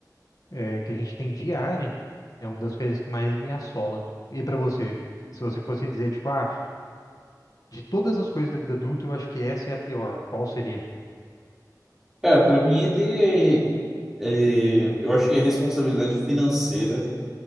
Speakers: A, on the left; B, in the centre.
A: é, que a gente tem diária é uma das coisas que mais me assola. E pra você, se você fosse dizer, tipo, ah, de todas as coisas da vida adulta, eu acho que essa é a pior. Qual seria?
B: Cara, para mim é ter, é, eu acho que é responsabilidade financeira